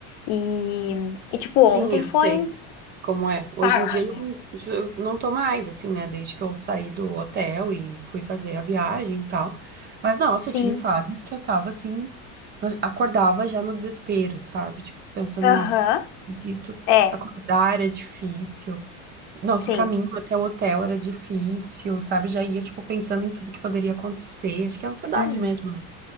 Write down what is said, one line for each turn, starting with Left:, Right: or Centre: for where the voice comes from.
Left: E, e tipo,
Right: Sim,
Left: ontem
Right: eu
Left: foi
Right: sei
Left: um.
Right: como é. Hoje
Left: Tá,
Right: em dia eu não, eu não tô mais, assim, né? Desde que eu saí do hotel e fui fazer a viagem e tal. Mas, nossa,
Left: sim.
Right: eu tive fases que eu tava assim, eu acordava já no desespero, sabe? Tipo, pensando,
Left: Aham.
Right: nossa, não acredito,
Left: É,
Right: acordar era difícil. Nossa,
Left: sim.
Right: o caminho até o hotel era difícil, sabe? Já ia, tipo, pensando em tudo que poderia acontecer. Acho que é ansiedade
Left: hum,
Right: mesmo, né?